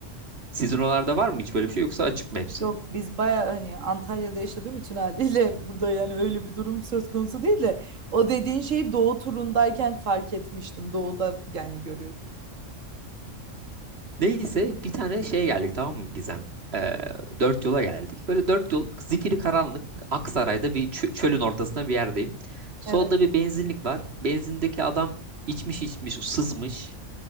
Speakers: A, on the right; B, on the right.
A: Sizin oralarda var mı hiç böyle bir şey yoksa açık mı hepsi?
B: Yok biz baya hani Antalya'da yaşadığım için haliyle burada yani öyle bir durum söz konusu değil de o dediğin şeyi doğu turundayken fark etmiştim. Doğuda yani görüyordum.
A: Neyse bir tane şeye geldik tamam mı Gizem? E, dört yola geldik. Böyle dört yol zifiri karanlık Aksaray'da bir çö- çölün ortasında bir yerdeyim. Solda
B: Evet.
A: bir benzinlik var. Benzindeki adam içmiş içmiş sızmış.